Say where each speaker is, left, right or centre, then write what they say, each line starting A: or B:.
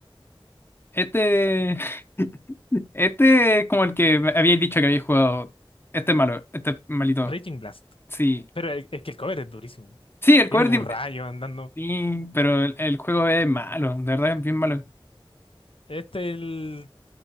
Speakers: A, on the left; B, on the left.
A: Este. <laughs> Este es como el que me habíais dicho que habéis jugado. Este es malo, este es malito.
B: Raging Blast.
A: Sí.
B: Pero el- es que el cover es durísimo.
A: Sí, el
B: Tiene
A: cover.
B: como
A: di-
B: un rayo andando.
A: Sí, pero el, el juego es malo, de verdad es bien malo.
B: Este el,